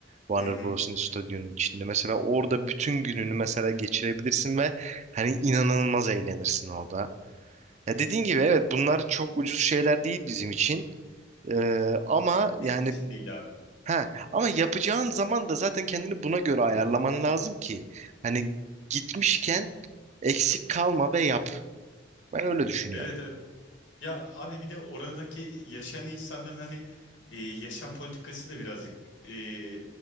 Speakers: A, on the right; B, on the left.
A: Warner
B: Hı hı.
A: Bros'un stüdyonun içinde. Mesela orada bütün gününü mesela geçirebilirsin ve hani inanılmaz eğlenirsin orada. Ya dediğin gibi evet bunlar çok ucuz şeyler değil bizim için. Ee, ama
B: Bizim
A: yani
B: için değil abi.
A: ha ama yapacağın zaman da zaten kendini buna göre ayarlaman lazım ki hani gitmişken eksik kalma ve yap. Ben öyle düşünüyorum.
B: Evet evet. Ya abi bir de oradaki yaşayan insanların hani e, yaşam politikası da birazcık e,